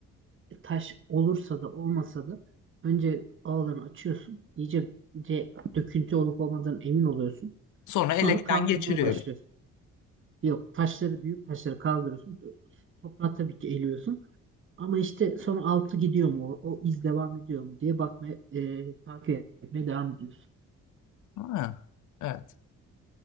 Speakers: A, on the right (about 40°); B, on the left (about 75°).
A: e, taş olursa da olmasa da önce alanı açıyorsun. iyice de döküntü olup olmadığından emin oluyorsun.
B: Sonra
A: Sonra
B: elekten
A: kaldırmaya
B: geçiriyoruz.
A: başlıyorsun. Yok taşları büyük taşları kaldırıyorsun. Toprağı tabii ki eliyorsun. Ama işte sonra altı gidiyor mu? O, o iz devam ediyor mu diye bakmaya e, takip etmeye devam ediyorsun.
B: Ha, evet.